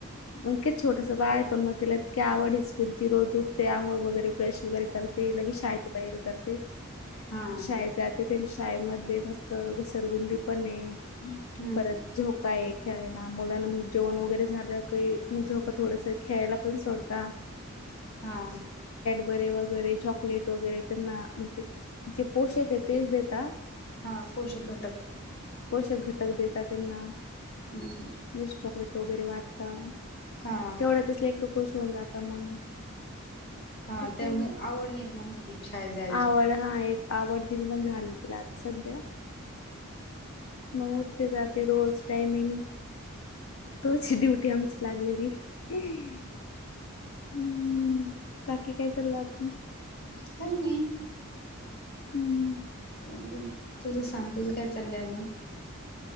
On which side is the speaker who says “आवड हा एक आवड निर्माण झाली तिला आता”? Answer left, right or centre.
Left